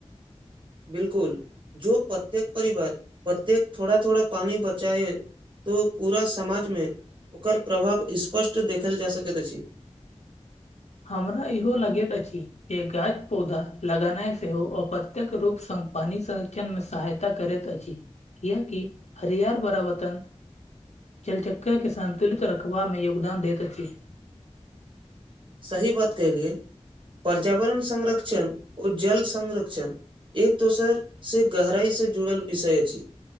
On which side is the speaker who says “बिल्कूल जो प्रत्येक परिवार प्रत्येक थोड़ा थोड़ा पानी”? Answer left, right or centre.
Right